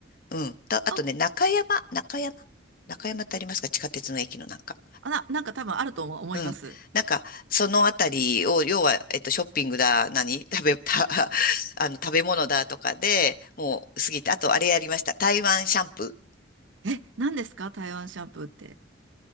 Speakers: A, on the left; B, on the right.
A: うん。たあとね、
B: あ、
A: 中山、中山中山ってありますか地下鉄の駅のなんか。
B: あな、なんか多分あると思います。
A: うん。なんか、そのあたりを、要は、えっと、ショッピングだ、何食べ、た、<laughs> あの、食べ物だとかで、もう過ぎて、あと、あれやりました。台湾シャンプー。
B: え、何ですか台湾シャンプーって。